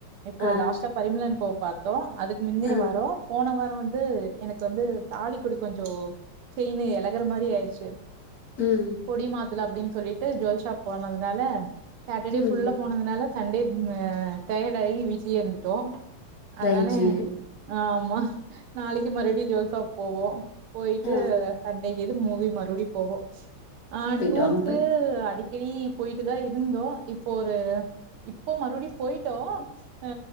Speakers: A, on the right; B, on the left.
A: இப்போ
B: ஆ
A: லாஸ்ட்டா பரிமளா அன் கோ பாத்தோ அதுக்கு முந்தின
B: ஆ
A: வாரோ போன வாரோ வந்து வந்து எனக்கு வந்து தாலிக்கொடி கொஞ்சோ செயின் எழகுற மாரி ஆயிர்ச்சு
B: ம்
A: கொடி மாத்தாலா அப்டின் சொல்லிட்டு ஜொல்ஷாப் போணது னால சாட்டர்டே
B: ம்
A: ஃபுல்லா போனதுனால சண்டே டயட் ஆகி வீட்லேயே இருந்துட்டோ அதனால
B: ரைட்டு
A: ஆமா நாளைக்கு மருபடி ஜோசப் போவோ போயிட்டு
B: ஆ
A: சண்டே எது மூவி மறுபடி போவோ ஆ
B: போயிட்டு
A: டூர்க்கு
B: வாங்க போயிட்டு வாங்க.
A: அடி டேலி போயிட்டு தா இருந்தோ இப்போ ஒரு இப்போ மறுபடியு போயிட்டோ அ